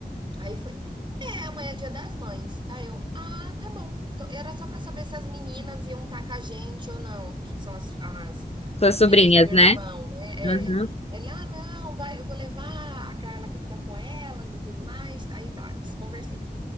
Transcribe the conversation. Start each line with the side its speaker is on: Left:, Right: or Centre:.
Right: Aí foi, é, amanhã é Dia das Mães. Aí eu, ah, tá bom. Então, era só pra saber se as meninas iam estar com a gente ou não, que são as, as
Left: Suas sobrinhas,
Right: filhas do meu
Left: né?
Right: irmão, né? É.
Left: Aham.
Right: Ele, ah, não, vai, eu vou levar a Carla que fica com elas e tudo mais. Aí tá, desconversei.